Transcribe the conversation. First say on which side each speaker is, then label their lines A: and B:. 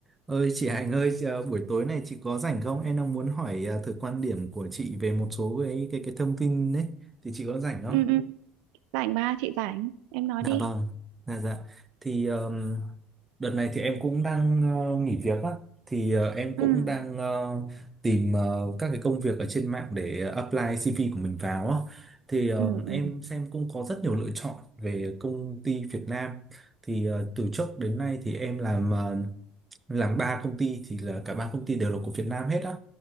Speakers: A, on the right; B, on the right.
A: Ơi chị Hạnh ơi, chị- à, buổi tối này chị có rảnh không? Em đang muốn hỏi à, thử quan điểm của chị về một số cái cái cái thông tin đấy. Thì chị có rảnh không?
B: ừ ừ rảnh ba chị rảnh em nói
A: Dạ
B: đi
A: vâng. Dạ dạ. Thì ờm, đợt này thì em cũng đang ờ, nghỉ việc á. Thì ờ, em
B: ừ
A: cũng đang ờ, tìm ờ, các cái công việc ở trên mạng để apply CV của mình vào á. Thì ờm,
B: ừ
A: em
B: ừ
A: xem cũng có rất nhiều lựa chọn về công ty Việt Nam. Thì ờ, từ trước đến nay thì em làm ờ, làm ba công ty thì là cả ba công ty đều là của Việt Nam hết á